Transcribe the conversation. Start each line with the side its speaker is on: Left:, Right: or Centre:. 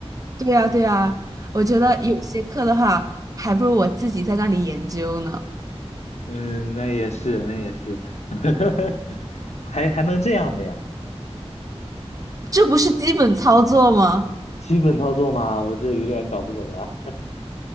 Right: 对呀，对呀，我觉得有些课的话，还不如我自己在那里研究呢。
Left: 嗯，那也是，那也是，<laughs> 还还能这样的呀？
Right: 这不是基本操作吗？
Left: 基本操作吗？我这有点搞不懂了。